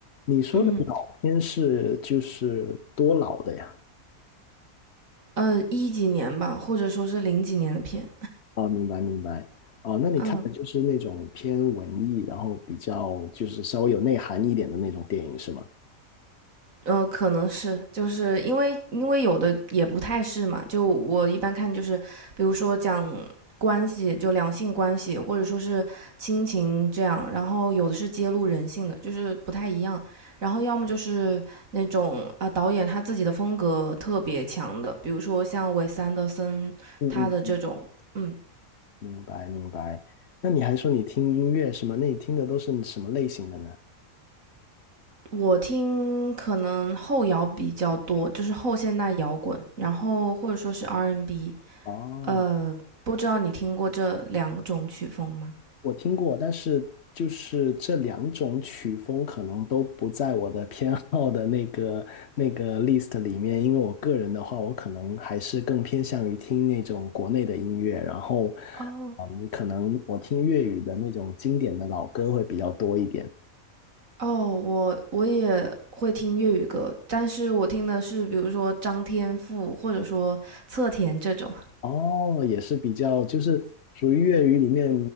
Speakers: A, on the left (about 55°); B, on the right (about 70°).
A: 你说的老片是就是多老的呀？
B: 嗯。呃，一几年吧，或者说是零几年的片，
A: 哦，明白明白。哦，那你看的就是那种偏文艺，
B: 嗯。
A: 然后比较就是稍微有内涵一点的那种电影是吗？
B: 呃，可能是，就是因为因为有的也不太是嘛，就我一般看就是，比如说讲关系，就两性关系，或者说是亲情这样，然后有的是揭露人性的，就是不太一样，然后要么就是那种啊、呃导演他自己的风格特别强的，比如说像韦斯安德森他的这种，
A: 嗯嗯。
B: 嗯。
A: 明白明白。那你还说你听音乐是吗？那你听的都是什么类型的呢？
B: 我听可能后摇比较多，就是后现代摇滚，然后或者说是 R&B
A: 哦，
B: N。呃，不知道你听过这两种曲风吗？
A: 我听过，但是就是这两种曲风可能都不在我的偏好的那个那个 list 里面，因为我个人的话，我可能还是更偏向于听那种国内的音乐，然后，
B: 哦
A: 嗯，可能我听粤语的那种经典的老歌会比较多一点。
B: 哦，我我也会听粤语歌，但是我听的是比如说张天赋或者说侧田这种。
A: 哦，也是比较就是属于粤语里面，